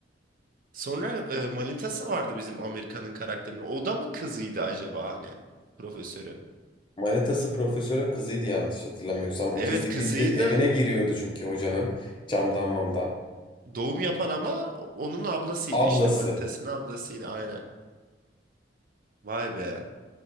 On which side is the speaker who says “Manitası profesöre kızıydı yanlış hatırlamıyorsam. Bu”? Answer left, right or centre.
Left